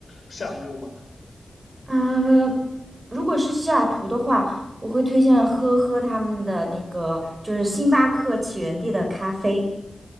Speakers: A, on the left; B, on the right.
A: 项目吗？
B: 呃，如果是西雅图的话，我会推荐喝喝他们的那个，就是星巴克起源地的咖啡。